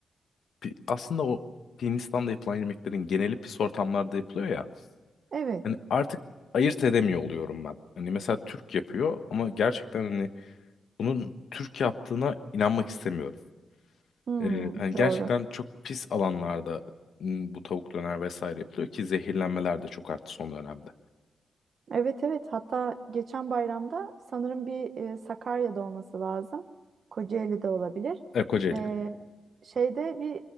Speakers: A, on the left; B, on the right.
A: pi- aslında o Hindistan'da yapılan yemeklerin geneli pis ortamlarda yapılıyor ya.
B: Evet.
A: Hani artık ayırt edemiyor oluyorum ben. Hani mesela Türk yapıyor ama gerçekten hani bunun Türk yaptığına inanmak istemiyorum.
B: Hmm,
A: Ee, hani gerçekten
B: doğru.
A: çok pis alanlarda m, bu tavuk döner vesaire yapılıyor ki zehirlenmeler de çok arttı son dönemde.
B: Evet evet hatta geçen bayramda sanırım bir e, Sakarya'da olması lazım. Kocaeli'de olabilir.
A: E, Kocaeli.
B: E, şeyde bir